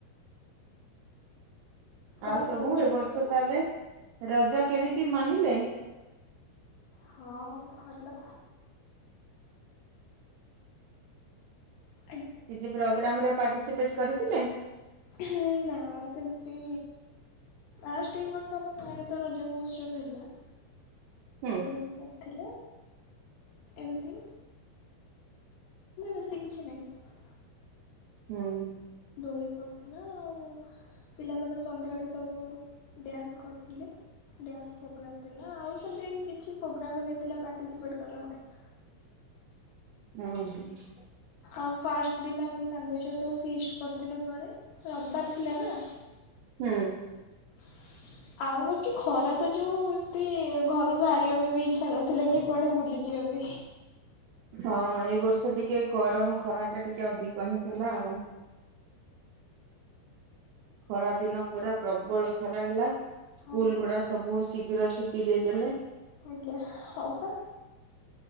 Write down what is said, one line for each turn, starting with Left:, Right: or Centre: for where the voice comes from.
Left: କଣ
Right: ଆଉ ସବୁ
Left: ପଢୁଛନ୍ତି
Right: ଏ ବର୍ଷ
Left: ସବୁ?
Right: ତାହେଲେ ରଜ କେମିତି ମାନିଲେ।
Left: ହଁ ଭଲ। <inaudible>
Right: କିଛି ପ୍ରୋଗ୍ରାମ ରେ ପାର୍ଟିସିପେଟ କରିଥିଲେ?
Left: ହୁଁ-ନାଁ ଆଉ ସେମତି। ଆଷ୍ଟ ଏଇ ବର୍ଷ ଆମ ଗାଁରେ ତ ରଜ ମହୋତ୍ସବ ହେଲା।
Right: ହୁଁ
Left: ଦ କରିଥିଲେ ଏମିତି ବେଶୀ କିଛି ନାହିଁ।
Right: ହୁଁ।
Left: <unintelligible> ଆଉ ପିଲାମାନେ ସନ୍ଧ୍ୟା ଆଳୁ ସବୁ ଡ୍ୟାନ୍ସ କରିଥିଲେ। ଡାନ୍ସ ପ୍ରୋଗ୍ରାମ୍ ଥିଲା। ଆଉ ସେମତି କିଛି ପ୍ରୋଗ୍ରାମ ନଥିଲା ପାର୍ଟିସିପେଟ କଲା ଭଳି। <inaudible>
Right: ହଁ ହଁ।
Left: ଆଉ ଫାଷ୍ଟ ଦିନ ଆମେ ସାଙ୍ଗଛୁଆ ସବୁ ଫିଷ୍ଟ କରିଥିଲୁ ଘରେ ରବିବାର ଥିଲା ନା।
Right: ହୁଁ।
Left: <inaudible> ଆଉ ବାକି ଖରା ତ ଯୋଉ ଏମିତି ଘରୁ ବାହାରିବା ପାଇଁ ବି ଇଚ୍ଛା ନଥିଲା କି କୁଆଡେ ବୁଲିଯିବା ବା ପାଇଁ।
Right: ହଁ ଏଇ ବର୍ଷ ଟି ଟିକେ ଗରମ ଖରା ଟା ଟିକେ ଅଧିକ ହିଁ ଥିଲା ଆଉ। ଖରା ଦିନ ପୁରା ପ୍ରବଳ ଖରା ହେଲା। ସ୍କୁଲ
Left: ହଁ ପା
Right: ଗୁଡା ସବୁ ଶୀଘ୍ର ଟିକେ ଦେଇଦେଲେ।
Left: ଆଜ୍ଞା ହଁ ପା।